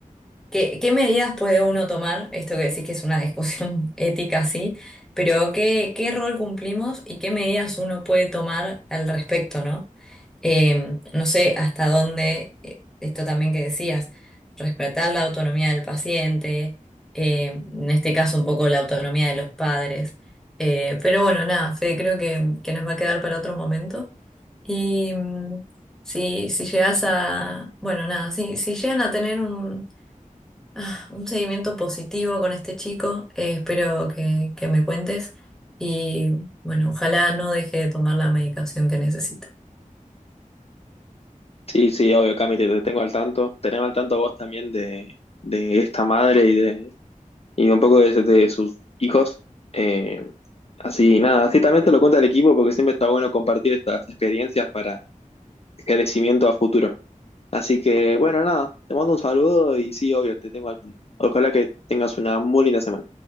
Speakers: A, in the centre; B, on the left.
A: ¿Qué, qué medidas puede uno tomar? Esto que decís que es una discusión <laughs> ética, sí, pero ¿qué, qué rol cumplimos y qué medidas uno puede tomar al respecto, ¿no? Eh, no sé hasta dónde, eh, esto también que decías, respetar la autonomía del paciente, eh, en este caso un poco la autonomía de los padres. Eh, pero bueno, nada, Fede, creo que, que nos va a quedar para otro momento. Y mm, si, si llegas a, bueno, nada, si, si llegan a tener un Ah, un seguimiento positivo con este chico. eh, espero que, que me cuentes. Y bueno, ojalá no deje de tomar la medicación que necesita.
B: Sí, sí, obvio, Cami, te, te tengo al tanto. Tenemos al tanto vos también de, de esta madre y de, y un poco de, de sus hijos. Eh, así, nada, así también te lo cuenta el equipo porque siempre está bueno compartir estas experiencias para esclarecimiento a futuro. Así que, bueno, nada, te mando un saludo y sí, obvio, te tengo al tanto. Ojalá que tengas una muy linda semana.